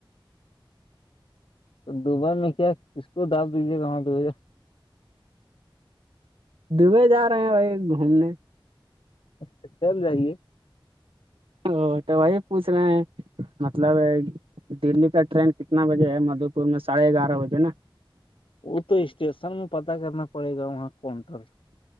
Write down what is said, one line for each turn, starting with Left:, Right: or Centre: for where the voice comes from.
Left: تو دبئی میں کیا کس کو دپ دیجیے گاں تو بھیا
Right: دبے جا رہے ہیں بھائی گھومنے
Left: اچھا چب جائیے <unintelligible>
Right: او تو وہی پوچھ رہے ہیں مطلب دلی کا ٹرین کتنا بجے ہے مدھو پور میں ساڑھے گیارہ بجے نا
Left: وہ تو اسٹیشن میں پتا کرنا پڑے گا وہاں کونٹر